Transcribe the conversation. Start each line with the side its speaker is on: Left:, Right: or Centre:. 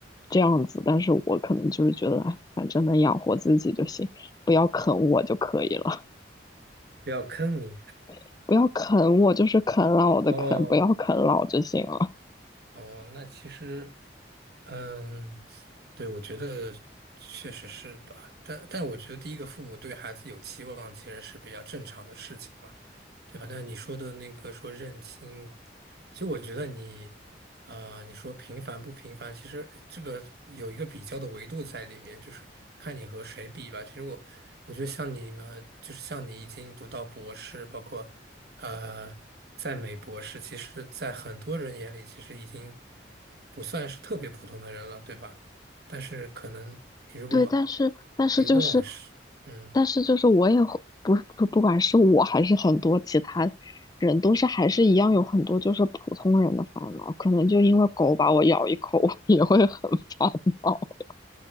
Left: 这样子，但是我可能就是觉得，哎反正能养活自己就行，不要啃我就可以了，
Right: 不要坑你。
Left: <laughs> 不要啃我，就是啃老的啃，
Right: 哦
Left: 不要啃老就行了。
Right: 哦，那其实，嗯，对，我觉得确实是吧。但但我觉得第一个父母对孩子有期望，其实是比较正常的事情嘛。对吧？但是你说的那个说认清，其实我觉得你，啊，你说平凡不平凡，其实这个有一个比较的维度在里面，就是看你和谁比吧。其实我，我觉得像你们，就是像你已经读到博士，包括呃，在美博士，其实在很多人眼里，其实已经不算是特别普通的人了，对吧？但是可能你如果
Left: 对，但是但是就是，
Right: 你如果往是嗯。
Left: 但是就是我也会不不不管是我还是很多其他人，都是还是一样有很多就是普通人的烦恼，可能就因为狗把我咬一口，<laughs> 我也会很烦恼。<laughs>